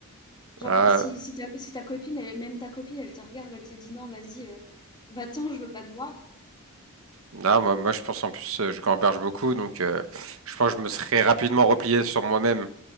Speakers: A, on the left; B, on the right.
A: Genre,
B: Ah,
A: si si ta si ta copine, elle même ta copine, elle te regarde, elle te dit: «Non, vas-y, heu, va-t'en, je veux pas te voir».
B: non, moi, moi, je pense en plus, euh, je gamberge beaucoup, donc euh, je pense que je me serais rapidement replié sur moi-même.